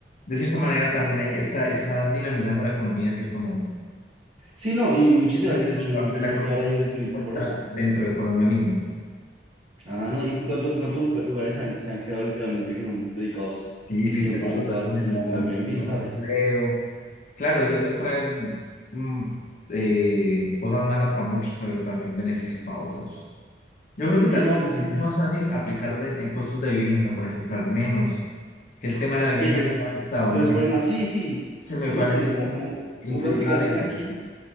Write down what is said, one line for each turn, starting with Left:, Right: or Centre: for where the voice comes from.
Left: de cierta manera también ahí está, está dinamizando la economía de cierto modo.
Right: Sí, no, y, y muchas
Left: Es
Right: ciudades,
Left: un dinamizador
Right: de hecho, yo,
Left: de la
Right: yo
Left: economía
Right: que ahora viene
Left: que
Right: del
Left: se
Right: turismo
Left: encuentra
Right: por eso.
Left: dentro de Colombia mismo.
Right: Ah, no, ¿y cu- cuánto- cuántos lugar- lugares se han, se han creado literalmente que son dedicados
Left: Sí,
Right: cien
Left: literal,
Right: por ciento
Left: o sea, eso
Right: a la
Left: genera
Right: función como
Left: también
Right: Airbnb,
Left: un montón
Right: ¿sabes?
Left: de empleo. Claro, eso, eso trae mm, eh, cosas malas para muchos, pero también beneficios para otros. Yo creo
Right: Sí,
Left: que tal
Right: no,
Left: vez también
Right: pues sí,
Left: sería más fácil aplicarlo en, en costos de vivienda, por ejemplo, al menos que el tema de la vivienda
Right: que, que,
Left: no sea afectado.
Right: que
Left: Me
Right: los
Left: parece,
Right: ponen más,
Left: que-
Right: sí, sí,
Left: se me
Right: tal
Left: parece
Right: vez sí, o
Left: más
Right: sea, como,
Left: fácil
Right: como,
Left: incluir
Right: como cosas
Left: una
Right: que gasten
Left: regla.
Right: aquí,